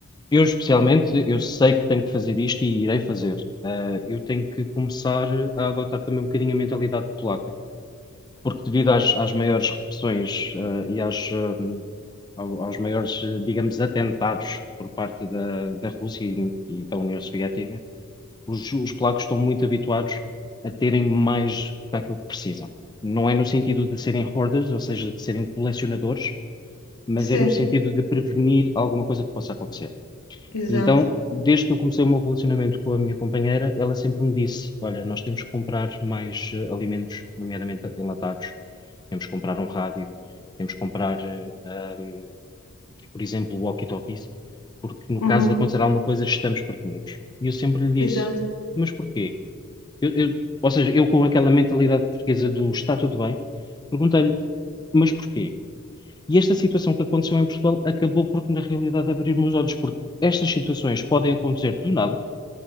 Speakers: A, on the left; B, on the left.
A: eu especialmente, eu sei que tenho que fazer isto e irei fazer. Ah, eu tenho que começar a adotar também um bocadinho a mentalidade polaca, porque devido às, às maiores repressões, ah, e às, ah, ao- aos maiores, eh, digamos, atentados por parte da, da Rússia e, e da União Soviética, Os, os polacos estão muito habituados a terem mais daquilo que precisam. Não é no sentido de serem hoarders, ou seja, de serem colecionadores, mas
B: Sim,
A: é no sentido de prevenir alguma coisa que possa acontecer.
B: exato.
A: E então, desde que eu comecei o meu relacionamento com a minha companheira, ela sempre me disse: Olha, nós temos que comprar mais eh, alimentos, nomeadamente enlatados, temos que comprar um rádio, temos que comprar, eh, ahm, por exemplo, walkie-talkies, porque no
B: Uhum,
A: caso de acontecer alguma coisa, estamos prevenidos. E eu sempre lhe
B: Exato,
A: disse: Mas porquê? Eu- eu- ou seja, eu com aquela mentalidade portuguesa do está tudo bem, perguntei-lhe, mas porquê? E esta situação que aconteceu em Portugal acabou por, na realidade, abrir meus olhos, porque estas situações podem acontecer do nada